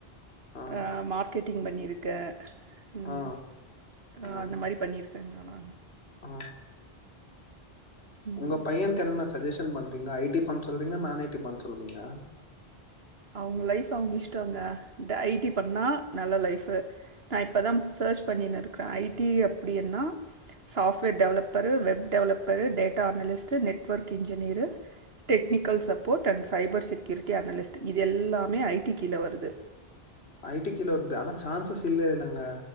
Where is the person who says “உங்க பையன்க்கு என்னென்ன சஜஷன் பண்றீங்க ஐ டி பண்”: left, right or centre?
Left